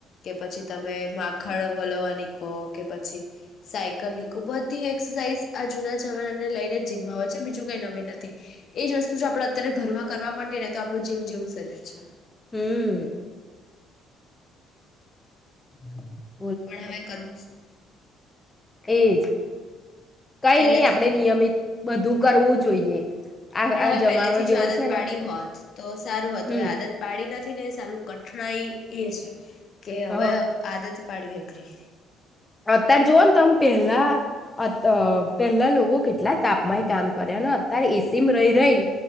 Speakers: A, on the left; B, on the left.
A: કે પછી તમે માખણ વલોવાની કો કે પછી સાયકલ નીકો બધી એક્સરસાઇઝ આ જુના જમાના ને લઈને જીમમાં હોય છે બીજું કઈ નવી નથી એજ વસ્તુ જો આપડે અત્યારે ઘરમાં કરવા મંડીએને તો આપડુ જીમ જેવું જ શરીર છે
B: હમ <inaudible>
A: પણ હવે કરવું શું
B: એ જ કઈ
A: પહેલેથી
B: નઈ આપડે નિયમિત બધું કરવું જોઈએ આ
A: પણ
B: આ
A: હવે
B: જમાનો
A: પહેલેથી
B: જેવો
A: જો આદત
B: છે
A: પાડી
B: ને
A: હોત તો સારું હોત
B: હમ
A: હવે આદત પાડી નથી ને સાલું કઠનાઈ એ છે કે
B: હ
A: હવે આદત પાડવી અઘરી
B: અતાર જોવોન તમ પેલા અત અ પેલ્લા લોકો કેટલા તાપમાંય કામ કરે અને અત્યારે એસીમાં રહી રહીને